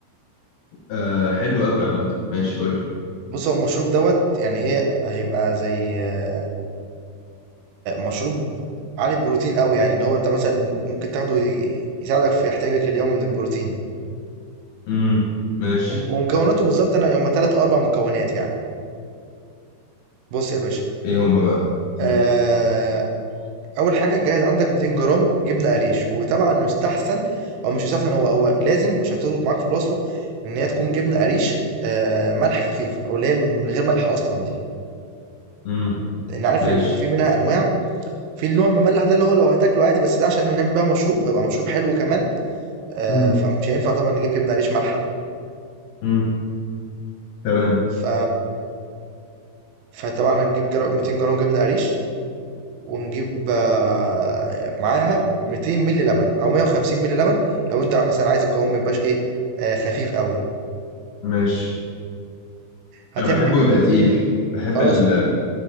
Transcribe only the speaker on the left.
آه حلو أوي عامة ماشي قول لي
امم ماشي
إيه هما بقى
امم
أمم،
ماشي
امم
امم تمام
ماشي
أنا بحبه
يبقى تقيل بحب
ال